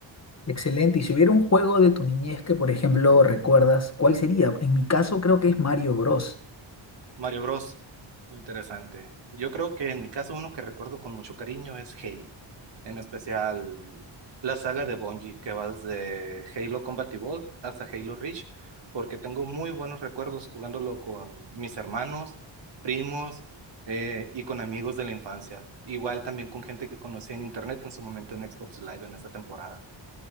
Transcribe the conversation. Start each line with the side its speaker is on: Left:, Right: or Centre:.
Left: Excelente. Y si hubiera un juego de tu niñez que, por ejemplo, recuerdas, ¿cuál sería? En mi caso creo que es Mario Bros.
Right: Mario Bros. Muy interesante. Yo creo que en mi caso uno que recuerdo con mucho cariño es Halo, en especial la saga de Bungie, que va de Halo Combat Evolved hasta Halo Reach, porque tengo muy buenos recuerdos jugándolo con mis hermanos, primos eh, y con amigos de la infancia. Igual también con gente que conocí en internet en su momento en Xbox Live en esa temporada.